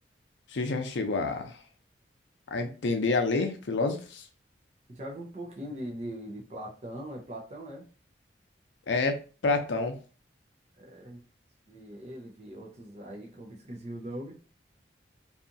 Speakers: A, on the left; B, on the right.
A: você já chegou a, a entender, a ler filósofos?
B: Já vi um pouquinho de, de, de Platão, é Platão, é?
A: É Platão.
B: É, vi ele, vi outros aí que eu me esqueci o nome.